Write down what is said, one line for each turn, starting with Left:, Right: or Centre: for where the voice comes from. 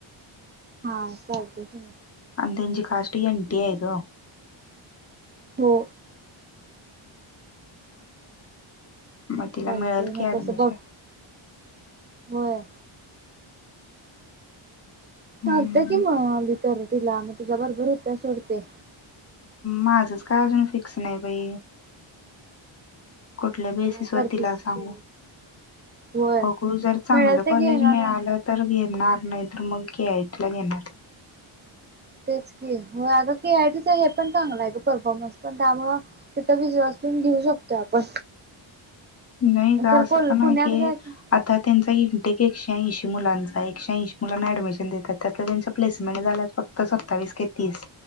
Right: हा चालतंय कीं.
Left: आनी त्यांची काष्ट एन टी हाय ग.
Right: हो
Left: मग तिला
Right: चालतय
Left: मिळेल की
Right: ना
Left: ऍडमिशन
Right: तस बघ होय.
Left: हम्म
Right: चालते की मगली तरर तिला मग तुझ्या बरोबर हित सोडते.
Left: माझंच काय अजून फिक्स नाही बाई. कुठल्या बेसिसवर
Right: काय करतेस
Left: तिला सांगू?
Right: तू होय
Left: बघू जर चांगलं
Right: मिळेल ते
Left: कॉलेज
Right: घेणार
Left: मिळालं
Right: आहे
Left: तर घेणार. नाही तर मग की आयटला घेणार.
Right: तेच की आता के आयटीच हे पण चांगलं आहे का परफॉर्मन्स पण त्यामुळ तिथं <unintelligible> घेऊ शकतो आपण.
Left: नाही का
Right: तर
Left: असं
Right: कोल
Left: पण
Right: पुण्यात
Left: आहे की
Right: घ्यायचं
Left: आता त्यांचा इनटेक श ऐंशी मुलांचा एकशे ऐंशी मुलांना ऍडमिशन देतात त्यात त्यांं प्लेसमेंट झाल्यात फक्तत्तावीस काय तीस.